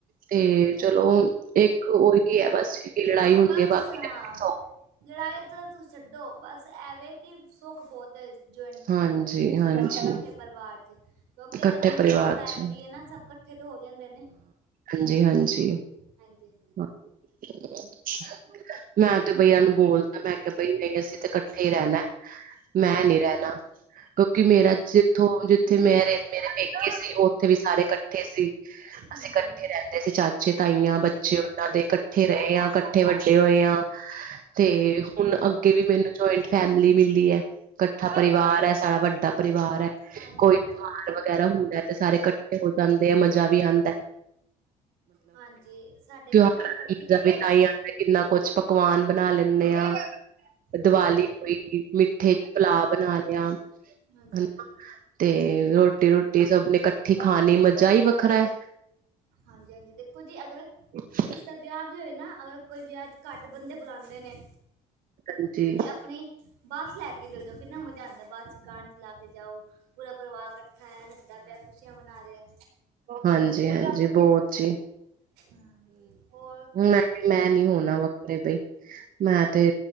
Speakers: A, on the right (about 55°); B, on the right (about 90°).
A: ਤੇ 'ਚਲੋ ਓਹੀ ਹੈ ਬਸ ਲੜਾਈ
B: ਹਾਂ
A: ਹੁੰਦੀ
B: ਬਸ
A: ਐ ਬਾਕੀ
B: ਤੁਸੀਂ ਹਾਂ
A: ਸ
B: ਲੜਾਈ ਤੇ ਤੁਸੀ ਛੱਡੋ, ਬਸ ਐਵੇਂ ਕਿ ਸੁੱਖ ਬੋਤ ਏ। ਜੂਆਇੰਟ
A: ਹਾਂਜੀ, ਹਾਂਜੀ
B: ਹਾਂ ਕੱਠੇ ਪਰਿਵਾਰ ਚ ਕਿਉਂਕਿ
A: ਇਕੱਠੇ
B: ਅਗਰ ਮੁਸੀਬਤ
A: ਪਰਿਵਾਰ
B: ਆ
A: ਚ
B: ਜਾਂਦੀ ਏ ਨਾ ਸਭ ਕੱਠੇ ਤੇ ਹੋ ਜਾਂਦੇ ਨੇ।
A: ਹੰਜੀ-ਹੰਜੀ।
B: ਹਾਂਜੀ।
A: <unintelligible> ਮੈਂ ਤੇ ਬਈ ਏਨਾਂ ਨੂੰ ਬੋਲਤਾ, ਮੈਂ ਕੇਆ ਬਈ ਨਹੀਂ ਅਸੀ ਤੇ ਕੱਠੇ ਰੈਣਾ। ਮੈਂ ਨੀਂ ਰੈਂਣਾ, ਕਿਉਂਕਿ
B: ਹਾਂਜੀ
A: ਮੇਰਾ ਜਿੱਥੋਂ ਜਿੱਥੇ ਮੈਂ ਰਹਿ ਮੇਰੇ ਪੇਕੇ ਸੀ, ਓ ਓਥੇ ਵੀ ਸਾਰੇ ਕੱਠੇ ਸੀ।
B: ਹਮ
A: ਅਸੀ ਕੱਠੇ ਰੈਂਦੇ ਸੀ, ਚਾਚੇ, ਤਾਈਆਂ ਬੱਚੇ ਓਹਨਾਂ ਦੇ, ਕੱਠੇ ਰਏ ਆਂ ਕੱਠੇ ਵੱਡੇ ਹੋਏ ਆ। ਤੇ ਹੁਨ ਅੱਗੇ ਵੀ ਮੈਨੂੰ ਜੁਆਇੰਟ ਫੈਮਲੀ ਮਿਲੀ ਐ। ਕੱਠਾ ਪਰਿਵਾਰ ਐ, ਸਾਡਾ ਵੱਡਾ ਪਰਿਵਾਰ ਐ
B: ਹਾਂਜੀ
A: ਕੋਈ
B: ਹਾਂਜੀ
A: ਤਿਉਹਾਰ ਦ ਵਗੈਰਾ ਹੁੰਦਾ ਤੇ ਸਾਰੇ ਇਕੱਠੇ ਹੋ ਜਾਂਦੇ ਐ ਮਜ਼ਾ ਵੀ ਆਂਦੈ।
B: ਹਾਂਜੀ। ਸਾਡੇ
A: ਤਿਉਹਾਰਾਂ
B: ਵੀ ਨਾ ਪਹਿਲਾਂ ਇਕੱਠੇ ਹਾਂ
A: ਤਾਂ ਈ ਕਿੰਨਾ ਕੁਛ ਪਕਵਾਨ ਬਣਾ ਲੈਂਨੇ ਆ। ਦੀਵਾਲੀ
B: ਹਾਂਜੀ
A: ਹੋਈ
B: ਹਾਂਜੀ
A: ਮਿੱਠੇ ਪਲਾ ਬਣਾ ਲਿਆ,
B: ਹਾਂਜੀ
A: ਹਨਾ
B: ਹਾਂਜੀ
A: ਤੇ ਰੋ ਟੀ ਰੁਟੀ ਸਭ ਨੇ ਕੱਠੀ ਖਾਣੀ ਮਜ਼ਾ ਈ ਵੱਖਰਾ ਐ।
B: ਹਾਂਜੀ-ਹਾਂਜੀ ਦੇਖੋ ਜੀ ਅਗਰ
A: <inaudible>
B: ਰਿਸਦਾ ਵੇਆ ਵੀ ਹੋਏ ਨਾ ਅਗਰ ਕੋਈ ਵਿਆ 'ਚ ਘੱਟ ਬੰਦੇ ਬੁਲਾਂਦੇ ਨੇ
A: ਹਾਂਜੀ
B: ਤੇ ਆਪਣੀ ਬੱਸ ਲੈ ਕੇ ਚੱਲ ਜੋ ਕਿੰਨਾ ਮਜ਼ਾ ਆਂਦਾ ਬੱਸ ਚ ਗਾਣੇ ਚਲਾ ਕੇ ਜਾਓ ਪੂਰਾ ਪਰਿਵਾਰ ਕੱਠਾ ਹੈ ਨੱਚਦਾ ਪਿਆ, ਖੁਸ਼ੀਆਂ ਮਨਾ ਰੇਆ।
A: ਹਾਂਜੀ-ਹਾਂਜੀ ਬੋ ਜੀ
B: ਹਮ ਹੋਰ
A: ਮੈਂ ਕੇ ਮੈਂ ਨੀ ਹੋਣਾ ਵੱਖਰੇ ਬਈ ਮੈਂ ਤੇ